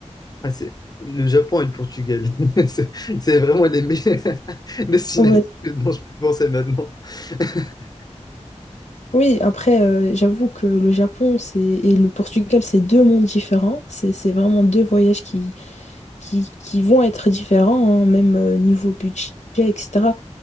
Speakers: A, on the left (about 35°); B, on the left (about 75°).
A: Ah, c'est le Japon et le Portugal. <laughs> C'est c'est vraiment les meilleures <laughs> destinations
B: Ouais.
A: dont je peux penser maintenant. <laughs>
B: Oui, après, euh, j'avoue que le Japon c'est... et le Portugal, c'est deux mondes différents. C'est c'est vraiment deux voyages qui, qui, qui vont être différents, hein, même euh, niveau budget, etc.